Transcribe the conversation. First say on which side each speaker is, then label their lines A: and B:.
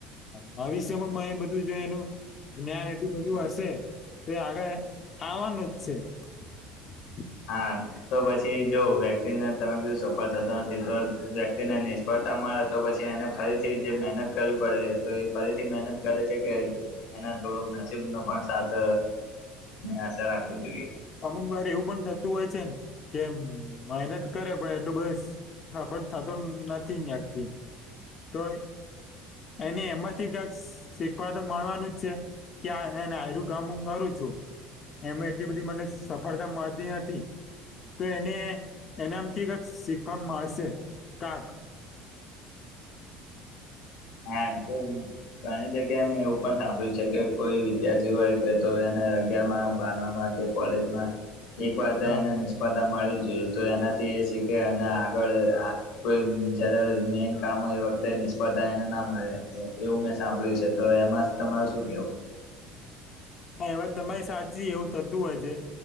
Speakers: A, on the left (about 45°); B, on the left (about 70°).
A: ભવિષ્ય માં એ બધું જો એનું જ્ઞાન એટલું બધું હશે તો આગળ આવવાનું જ છે <inaudible>
B: હા તો પછી જો વ્યક્તિને તમે કીધું સફળ થતો નથી તો વ્યક્તિને નિષ્ફળ તા મળે તો પછી એને ફરીથી જે મહેનત કરવી પડે તો એ ફરીથી મહેનત કરે છે કે એના થોડોક નસીબનો પણ સાથ આશા રાખવી જોઈએ
A: અમુકવાર એવું પણ થતું હોય છે ને કે મહેનત કરે પણ પણ થતો નથી વ્યક્તિ તો એને એમાંથી શ શીખવા તો મળવાનું જ છે કે <unintelligible> કામ હું કરું છું એમે એટલી બધી મને સફળતા મળતી નથી. તો એને એનામથી શીખવા મળશે તાક <inaudible>
B: હા તો ઘણી જગ્યાએ મે એવું પણ સાંભળ્યું છે કે કોઈ વિદ્યાર્થી હોય કે તો એના અગિયાર માં બાર મામા કે કોલેજમાં એક વાર
A: હા
B: એને નિષ્ફળતા મળી જોઈએ તો એનાથી એ શીખે અને આગળ કોઈ જયારે મેન કામ હોય એ વખતે ને નિષ્ફળતા એને ના મળે એવું મેં સાંભળ્યું છે તો એમાં તમારે શું કેવું
A: આ વાત તમારી સાચી એવું થતું હોય છે